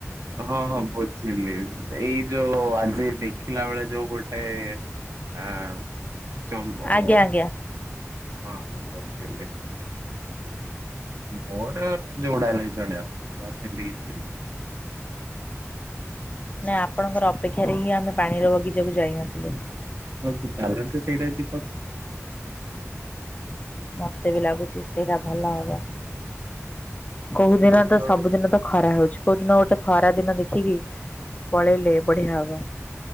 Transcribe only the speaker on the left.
ଆଜ୍ଞା ଆଜ୍ଞା
ନା ଆପଣଙ୍କର ଅପେକ୍ଷାରେ ହିଁ ଆମେ ପାଣିର ବଗିଚାକୁ ଯାଇନଥିଲୁ।
ମୋତେ ବି ଲାଗୁଛି ସେଇରା ଭଲ ହବ। କୋଉ ଦିନ
ତ, ସବୁଦିନ ତ ଖରା ହୋଉଚି। କୋଉଦିନ ଗୋଟେ ଖରା ଦିନ ଦେଖିକି ପଳେଇଲେ ବଢିଆ ହବ।